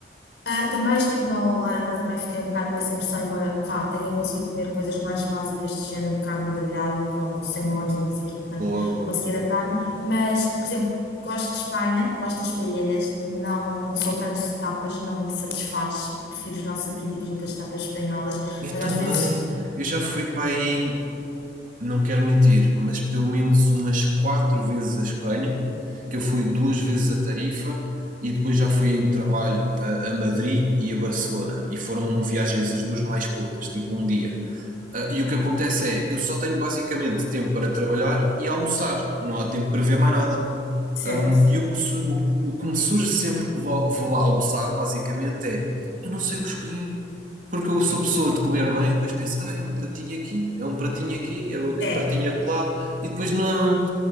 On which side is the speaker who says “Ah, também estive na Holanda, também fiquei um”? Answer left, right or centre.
Left